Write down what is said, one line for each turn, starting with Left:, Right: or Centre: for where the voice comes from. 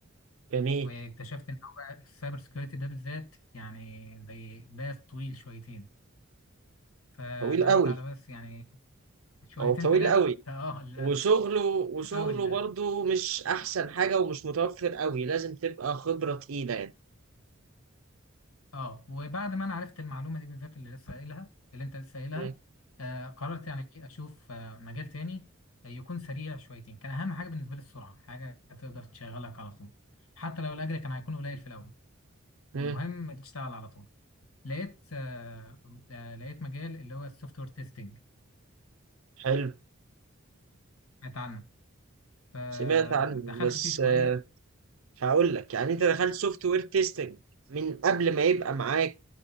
Right: جميل
Left: واكتشفت ان هو السايبر سكيورتي ده بالذات يعني زي باث طويل شويتين فنقلت
Right: طويل قوي
Left: على باث يعني شويتين
Right: او طويل
Left: ثلاثه
Right: قوي
Left: اه للاسف
Right: وشغله وشغله
Left: او للاسف
Right: برضه مش احسن حاجة ومش متوفر قوي لازم تبقى خبرة تقيلة يعني
Left: اه وبعد ما انا عرفت المعلومه دي بالذات اللي لسه قايلها اللي انت لسه قايلها
Right: مم.
Left: آه قررت يعني إيه اشوف آه مجال تاني يكون سريع شويتين كان اهم حاجه بالنسبه لي السرعه حاجه تقدر تشغلك على طول حتى لو الاجر كان هيكون قليل في الاول
Right: مم.
Left: المهم تشتغل على طول لقيت آه آه لقيت مجال اللي هو السوفت وير تيستنج
Right: حلو
Left: سمعت عنه فدخلت
Right: سمعت عنه بس
Left: فيه شويه
Right: آه، هقول لك يعني انت دخلت سوفت وير تيستنج من قبل ما يبقى معاك